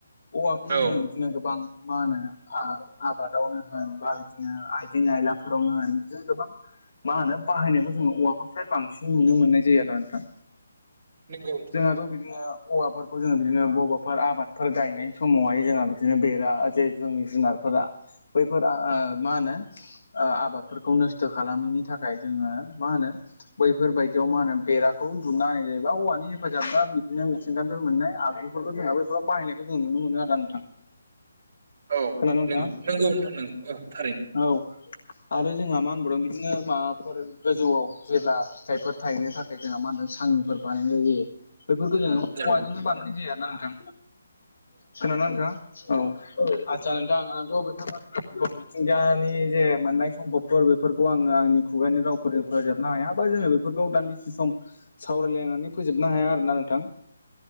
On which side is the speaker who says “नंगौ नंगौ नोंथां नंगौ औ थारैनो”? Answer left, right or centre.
Right